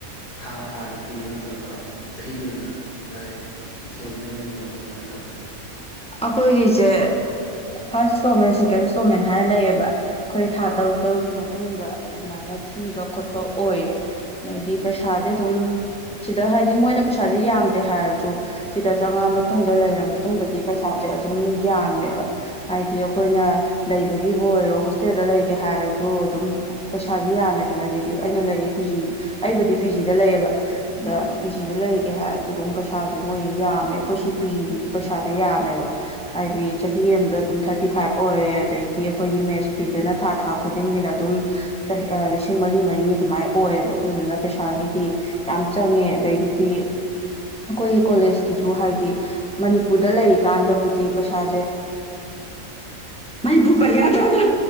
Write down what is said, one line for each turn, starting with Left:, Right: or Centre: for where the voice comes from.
Left: ꯊꯥ ꯊꯥꯒꯤ ꯊꯤꯕ ꯅꯠꯇ꯭ꯔꯒ ꯆꯍꯤꯒꯤ ꯑꯣꯏꯅ ꯗꯥꯏꯔꯦꯛ ꯏꯟꯁꯇꯣꯜꯃꯦꯟ ꯑꯣꯏꯅ ꯇꯧꯕ ꯀꯃꯥꯏꯅ ꯇꯧꯒꯦ
Centre: ꯑꯩꯈꯣꯏꯒꯤꯁꯦ ꯐꯥꯔꯁ ꯏꯟꯁꯇꯣꯜꯃꯦꯟ ꯁꯦꯀꯦꯟ ꯏꯟꯁꯇꯣꯜꯃꯦꯟ ꯍꯥꯏꯅ ꯂꯩꯌꯦꯕ ꯑꯩꯈꯣꯏ ꯊꯥ ꯇꯔꯨꯛ ꯇꯔꯨꯛꯀꯤ ꯃꯇꯨꯡꯗ ꯑꯗꯨꯃꯥꯏꯅ ꯊꯤꯕ ꯈꯣꯠꯄ ꯑꯣꯏꯌꯦ ꯑꯗꯩꯗꯤ ꯄꯩꯁꯥꯖꯦ ꯑꯗꯨꯝ ꯁꯤꯗ ꯍꯥꯏꯗꯤ ꯃꯣꯏꯅ ꯄꯩꯁꯥꯁꯦ ꯌꯥꯝꯗꯦ ꯍꯥꯏꯔꯖꯨ ꯁꯤꯗ ꯆꯥꯉꯛꯑ ꯃꯇꯨꯡꯗ ꯂꯩꯔ ꯃꯇꯨꯡꯗꯗꯤ ꯄꯩꯁꯥꯁꯦ ꯑꯗꯨꯝ ꯌꯥꯝꯃꯦꯕ ꯍꯥꯏꯗꯤ ꯑꯩꯈꯣꯏꯅ ꯂꯩꯕꯒꯤꯕꯨ ꯑꯣꯏꯔꯣ ꯍꯣꯁꯇꯦꯜꯗ ꯂꯩꯒꯦ ꯍꯥꯏꯔꯖꯨ ꯑꯗꯨꯝ ꯄꯩꯁꯥꯁꯦ ꯌꯥꯝꯃꯦꯗꯅꯗꯤ ꯑꯩꯅ ꯂꯩꯔꯤ ꯄꯤꯖꯤ ꯑꯩꯕꯨꯗꯤ ꯄꯤꯖꯤꯗ ꯂꯩꯌꯦꯕ ꯑꯗ ꯄꯤꯖꯤꯗ ꯂꯩꯒꯦ ꯍꯥꯏꯔꯁꯨ ꯑꯗꯨꯝ ꯄꯩꯁꯥꯁꯦ ꯃꯣꯏ ꯌꯥꯝꯃꯦ ꯑꯩꯈꯣꯏ ꯁꯤ ꯄꯤꯖꯤꯒꯤꯁꯨ ꯄꯩꯁ ꯌꯥꯝꯃꯦꯕ ꯍꯥꯏꯗꯤ ꯆꯍꯤ ꯑꯃꯗ ꯑꯗꯨꯝ ꯊꯥꯔꯇꯤ ꯐꯥꯏꯚ ꯑꯣꯏꯔꯦ ꯑꯗꯩꯗꯤ ꯑꯩꯈꯣꯏꯒꯤ ꯃꯦꯠꯁ ꯐꯤꯗꯅ ꯊꯥ ꯊꯥ ꯈꯨꯗꯤꯡꯒꯤꯅ ꯑꯗꯨꯝ ꯂꯤꯁꯤꯡ ꯃꯔꯤ ꯃꯔꯤ ꯑꯗꯨꯃꯥꯏ ꯑꯣꯏꯌꯦꯕ ꯑꯗꯨꯗꯨꯅ ꯄꯩꯁꯥꯒꯤꯗꯤ ꯌꯥꯝ ꯆꯪꯉꯦ ꯑꯗꯒꯤꯗꯤ ꯑꯩꯈꯣꯏꯒꯤ ꯀꯣꯂꯦꯖꯀꯤꯁꯨ ꯍꯥꯏꯗꯤ ꯃꯅꯤꯄꯨꯔꯗ ꯂꯩꯔꯤꯀꯥꯟꯗꯕꯨꯗꯤ ꯄꯩꯁꯥꯁꯦ ꯃꯅꯤꯄꯨꯔ ꯄꯟ ꯌꯥꯗꯔꯣ